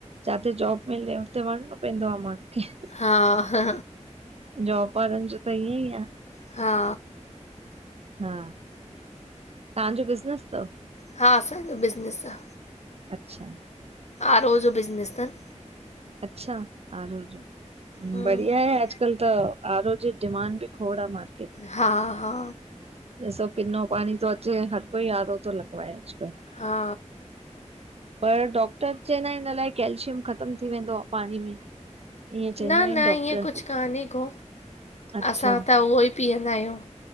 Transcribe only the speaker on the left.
हा हा
हा
हा असांजो बिज़नेस आ।
आरो ज़ो बिज़िनस तनि।
हा
हा हा
हा
न
न
ईअं कुझु कोन्हे को
असां त उहो ई पीअंदा आहियूं।